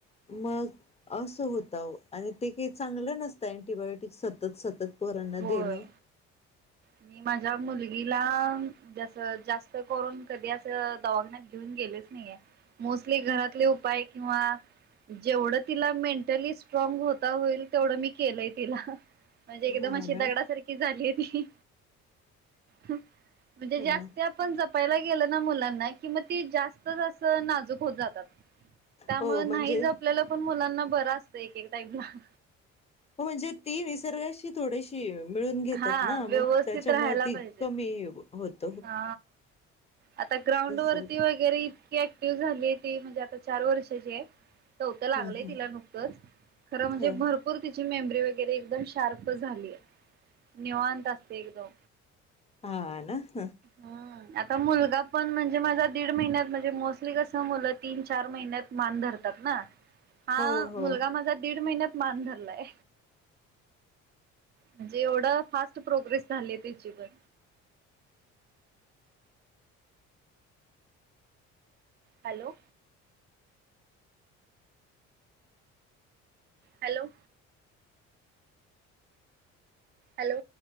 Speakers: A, on the left; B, on the right.
A: मग. असं होत आणि ते काही चांगलं नसत अंटीबायोटिक सतत सतत. पोरानं ना
B: होय
A: देनं.
B: मी माझ्या मुलगीला जस जास्त करून कधी अस दवाखान्यात घेऊन. गेलेच नाही मोस्टली घरातले उपाय किंवा. जेवढं तिला मेंटली स्ट्रॉंग होता होईल तेवढं मी केलंय तिला. म्हणजे एकदम
A: हा
B: अशी
A: ना
B: दगडासारखी झालिये ती म्हणजे
A: ह
B: जास्त आपण जपल. जपायला गेलं ना मुलांना कि, मग ती जास्त जा नाजूक होत जातात. त्यामुंळ
A: हो म्हणजे
B: नाहीच जपलेलं आपल्याला पण मुलांना बरं असतं. एक एक टाईमला.
A: हो म्हणजे ती निसर्गाशी थोडीशी. मिळून घेतात
B: हा
A: ना.
B: व्यवस्थित
A: मग त्याच्यामुळे
B: राहायला
A: ती
B: पाहिजेत
A: कमी होत.
B: हा. आता ग्राउंड
A: तस
B: वरती
A: होत
B: वगैरे इतकी ऍक्टिव्ह झाली ती म्हणजे आता चार वर्षाची आहे. चौथं लागलय
A: हम्म
B: तिला नुकतंच खरं म्हणजे
A: ह
B: भरपूर तीच. मेमरी वगैरे एकदम शार्प झालीयं. निवांत असते एकदम.
A: हा ना.
B: हम् आता मुलगा पण म्हणजे- म्हणजे माझा दीड महिन्यात म्हणजे मोस्टली कसं मुलं तीन चार महिन्यात. मान धरतात ना. हा
A: हो हो.
B: मुलगा माझा दीड महिन्यात. मानं धरयलाय. म्हणजे एवढा फास्ट प्रोग्रेस झालीय त्याची पण. हॅलो. हॅलो. हॅलो.